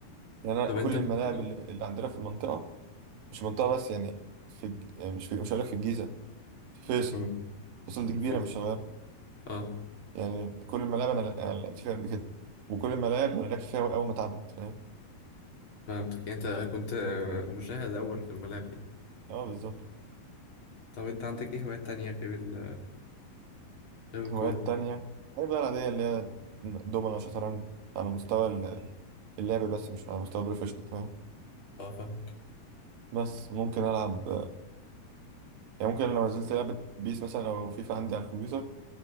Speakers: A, on the right; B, on the left.
A: يعني أنا
B: طب انت
A: كل الملاعب
B: مفيش
A: اللي اللي عندنا في المنطقة مش منطقة بس يعني في الج- يعني مش في مش هقولك في الجيزة في فيصل
B: امم
A: فيصل دي كبيرة
B: رفيق
A: مش صغيرة
B: اه
A: يعني كل الملاعب أنا أنا لعبت فيها قبل كده وكل الملاعب أنا لعبت فيها أول ما اتعملت فاهم
B: فهمتك انت كنت مشاهد اول في الملاعب دي
A: أه بالظبط
B: طب انت عندك ايه هوايات تانية غير ال... غير الكورة
A: هوايات تانية الحاجات بقى العادية اللي هي دومنا وشطرنج على مستوى ال- اللعب بس مش على مستوى بروفيشنال فاهم
B: اه فاهمك
A: بس ممكن ألعب يعني ممكن لو نزلت لعبة بيس مثلا أو فيفا عندي على الكمبيوتر